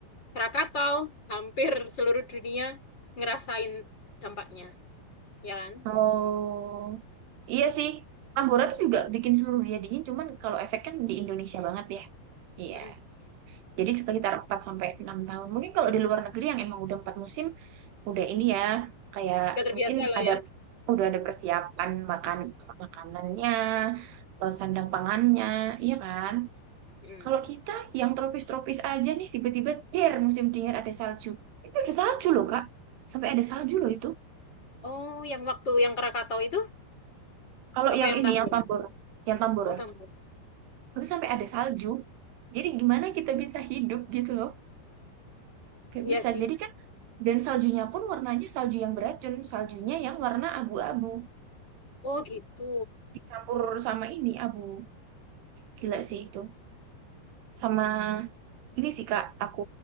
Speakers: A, on the left; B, on the right.
A: Krakatau hampir seluruh dunia ngerasain dampaknya, ya kan?
B: Oh, iya sih. Tambora tuh juga bikin seluruh dunia dingin. Cuman kalau efeknya di Indonesia banget ya. Iya.
A: Mm-mm.
B: Jadi sekitar 4 sampai 6 tahun. Mungkin kalau di luar negeri yang emang udah 4 musim, udah ini ya, kayak
A: Udah terbiasa
B: mungkin
A: lah
B: ada
A: ya.
B: udah ada persiapan makan makanannya, eh, sandang pangannya, iya kan?
A: Mm.
B: Kalau kita yang tropis-tropis aja nih tiba-tiba der musim dingin ada salju. Itu ada salju loh, Kak. Sampai ada salju loh itu.
A: Oh, yang waktu yang Krakatau itu
B: Kalau
A: apa
B: yang
A: yang
B: ini
A: Tambora?
B: yang Tambora, yang Tambora,
A: Oh, tambah.
B: itu sampai ada salju. Jadi gimana kita bisa hidup gitu loh? Gak
A: Ya
B: bisa.
A: sih.
B: Jadi kan dan saljunya pun warnanya salju yang beracun, saljunya yang warna abu-abu
A: Oh, gitu.
B: dicampur sama ini abu. Gila sih itu. Sama ini sih Kak, aku